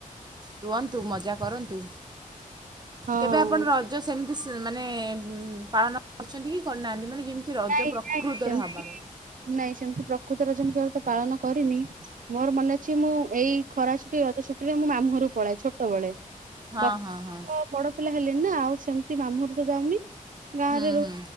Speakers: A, on the right; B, on the right.
A: ରୁହନ୍ତୁ ମଜା କରନ୍ତୁ
B: ହଁ
A: କେବେ ଆପଣ ର ସେମିତି ମାନେ ପାଳନ କରିଛନ୍ତି କି କରିନାହାନ୍ତି ମାନେ ଯେମିତି ରଜ
B: ନାଇଁ
A: ପ୍ରକୃତରେ
B: ନାଇଁ ସେମିତି
A: ହବାକଥା।
B: ନାଇଁ ସେମିତି ପ୍ରକୃତ ରଜ ମୁଁ କେବଳ ତ ପାଳନ କରିନି। ମୋର ମନେ ଅଛି ମୁଁ ଏଇ ଖରା ଛୁଟି ରଜ ଛୁଟିରେ ମୁଁ ମାମୁଁ ଘରୁକୁ ପଳାଏ ଛୋଟବେେଳେ।
A: ହଁ
B: ବର୍ତ୍ତମାନ
A: ହଁ ହଁ
B: ତ ବଡ ପିଲା ହେଲିଣିି ନା ଆଉ ସେମିତି ମାମୁଁ ଘରକୁ ତ ଯାଉନି ଗାଁରେ
A: ହୁଁ
B: ରହୁ
A: ହୁଁ